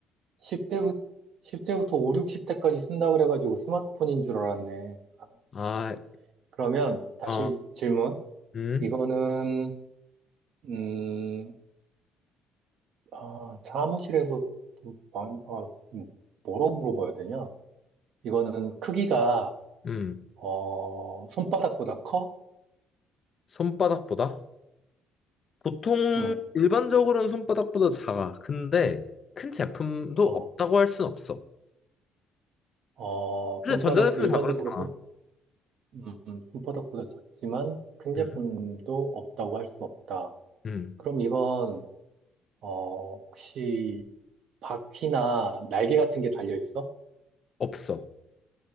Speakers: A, on the right (about 60°); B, on the left (about 30°).
A: 10대부터, 십0대부터오 60대까지 쓴다 그래가지고 스마트폰인 줄 알았네. 아,
B: 아,
A: 그러면 다시
B: 어,
A: 질문.
B: 음,
A: 이거는, 음, 아, 사무실에서 또 많이, 아, 음, 뭐라고 물어봐야 되냐? 이거는 크기가,
B: 음.
A: 어, 손바닥보다 커?
B: 손바닥보다? 보통
A: 응
B: 일반적으로는 손바닥보다 작아. 근데 큰 제품도
A: 어,
B: 없다고 할 순 없어.
A: 어,
B: 그래,
A: 손바닥,
B: 전자제품이
A: 일반적으로
B: 다 그렇잖아.
A: 손, 음, 음, 손바닥보다 작지만 큰
B: 음,
A: 제품도 없다고 할 수 없다.
B: 음.
A: 그럼 이건, 어, 혹시 바퀴나 날개 같은 게 달려 있어?
B: 없어.